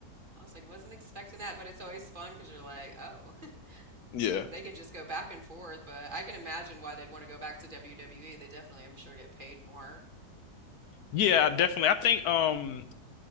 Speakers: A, on the right (about 35°); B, on the left (about 70°).
A: I was like, "Wasn't expecting that," but it's always fun because you're like, "Oh."
B: yeah,
A: Ooh, they can just go back and forth, but I can imagine why they'd want to go back to WWE. They definitely, I'm sure, get paid more.
B: yeah. Definitely. I think um,